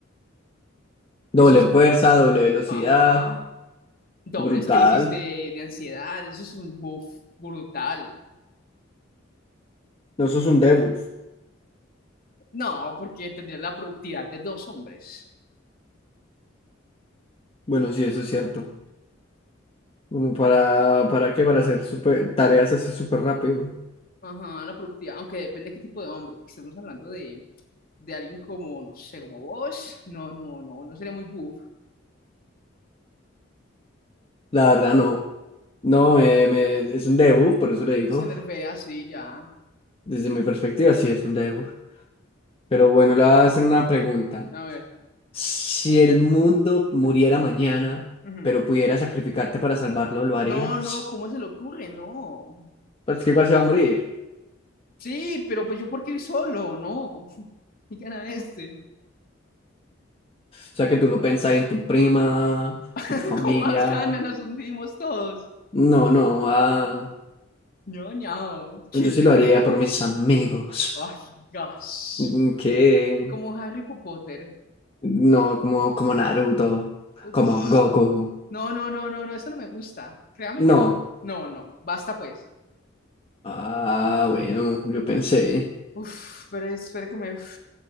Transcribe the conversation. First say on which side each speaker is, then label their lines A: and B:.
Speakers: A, on the left; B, on the left.
A: doble
B: Eso es,
A: fuerza, doble velocidad,
B: ajá, dobles
A: brutal.
B: crisis de, de ansiedad, eso es un buff brutal.
A: No, eso es un debuff.
B: No, porque tendría la productividad de dos hombres.
A: Bueno, sí, eso es cierto. Como ¿Para, para qué? Para hacer super, tareas así súper rápido.
B: Ajá, la productividad, aunque depende de qué tipo de hombre, porque estamos hablando de, de alguien como, no sé, como vos. No, no, no, no sería muy buff.
A: La verdad, no. No, me, me- es un debuff, por eso le digo.
B: Se nerfea así, ya.
A: Desde mi perspectiva, sí, es un debuff. Pero bueno, le voy a hacer una pregunta.
B: A ver.
A: Si el mundo muriera mañana,
B: ujú.
A: pero pudiera sacrificarte para salvarlo, ¿lo harías?
B: No, no, ¿cómo se le ocurre? No.
A: Pues que igual se va a morir.
B: Sí, pero pues yo porque voy solo, no. <laughs> Y gana este.
A: O sea que tú no pensás en tu prima,
B: <laughs>
A: en tu familia.
B: Con más ganas nos hundimos todos.
A: No, no, ah,
B: No, no, ¿quién
A: yo sí
B: se
A: lo
B: cree?
A: haría por mis amigos.
B: Ay, gas.
A: Mm, Que
B: Como Harry Potter.
A: no, como, como Naruto,
B: <laughs>
A: como Goku.
B: No, no, no, no, no, eso no me gusta. Créame
A: No.
B: que no. No, no, basta pues.
A: Ah, bueno, yo pensé.
B: Uf, pero espera que me... Uf,